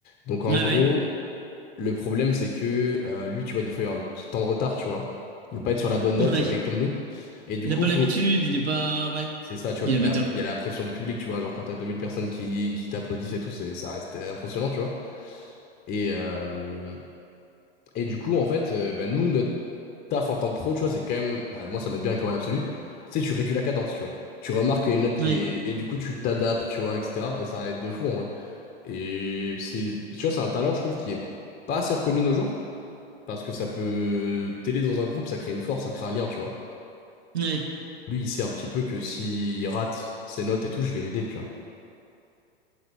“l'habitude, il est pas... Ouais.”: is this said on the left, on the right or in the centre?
Right